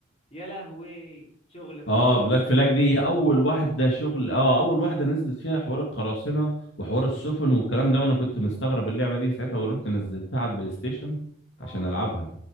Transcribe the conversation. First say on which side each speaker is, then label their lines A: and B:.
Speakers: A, on the left; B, on the left.
A: يا لهوي شغل بقى
B: اه
A: قراصنة
B: بلاك فلاج دي
A: وسفن
B: هي اول واحده شغل اه اول واحده نزلت فيها حوار القراصنه وحوار السفن والكلام ده وانا كنت مستغرب اللعبه دي ساعتها ورحت نزلتها على البلاي ستيشن
A: اه
B: عشان العبها